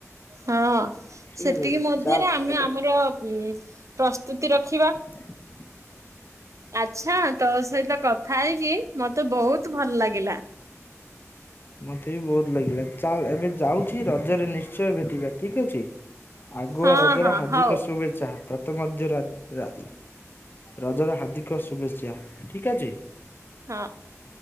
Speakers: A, on the right (about 70°); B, on the left (about 40°).
A: ହଁ
B: ଠିକ
A: ସେତିକି
B: ଅଛି
A: ମଧ୍ୟରେ
B: ଚାଲ
A: ଆମେ
B: ଏବେ
A: ଆମର ପ୍ରସ୍ତୁତି ରଖିବା।
B: <inaudible>
A: ଆଛା ତୋ ସହିତ କଥା ହେଇକି ମତେ ବହୁତ ଭଲ ଲାଗିଲା।
B: ମତେ ବି ବହୁତ ଲାଗିଲା ଚାଲ ଏବେ ଯାଉଛି ରଜରେ ନିଶ୍ଚୟ ଭେଟିବା ଠିକ ଅଛି। ଆଗୁଆ
A: ହଁ
B: ରଜର
A: ହଁ
B: ହାର୍ଦ୍ଦିକ
A: ହଉ
B: ଶୁଭେଚ୍ଛା ତତ ମଧ୍ୟ ର ରା ରଜର ହାର୍ଦ୍ଦିକ ଶୁଭେଚ୍ଛା ଠିକ ଅଛି।
A: ହଁ